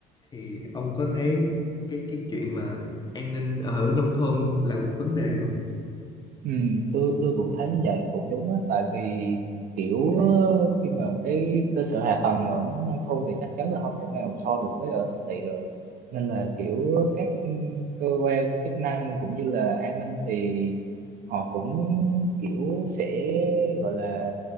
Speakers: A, on the left; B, on the right.
A: thì ông có thấy cái cái chuyện mà an ninh ở nông thôn là một vấn đề không?
B: Ừ, tôi tôi cũng thấy như vậy cũng đúng á tại vì kiểu ờ, khi mà cái cơ sở hạ tầng ở nông thôn thì chắc chắn là không thể nào so được với ở thành thị rồi nên là kiểu các ừ, cơ quan chức năng cũng như là an ninh thì họ cũng kiểu sẽ gọi là